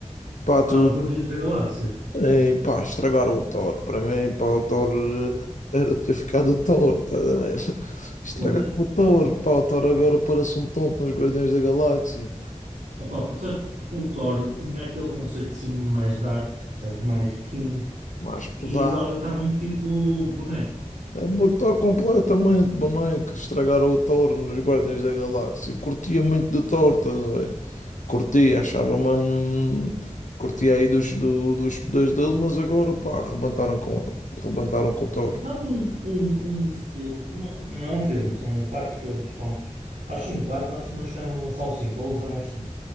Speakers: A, on the left; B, on the right.
A: Pá, tu,
B: Aos Guardiões da Galáxia.
A: eh, pá, estragaram o Thor. Para mim, pá, o Thor eh, era ter ficado o Thor, estás a ver? <laughs> Estragaram
B: Pois.
A: o Thor, pá, o Thor agora parece um tonto nos Guardiões da Galáxia.
B: Opa, porque sabes, porque o Thor tinha aquele conceito assim mais dark, percebes? Mais king.
A: Mais pesado.
B: E agora está muito tipo boneco.
A: É botar completamente boneco, estragaram o Thor nos Guardiões da Galáxia. Curtia muito do Thor, estás a ver? Curtia, achava mesmo. Curtia aí dos, do, dos poderes dele, mas agora, pá, arrebentaram com ele. Arrebentaram com o Thor.
B: Sabes um, um, um filme, uma- não é um filme, são quatro filmes, prontos. Acho que são quatro, acho que não chegaram a lançar o cinco, ou lançaram os cinco.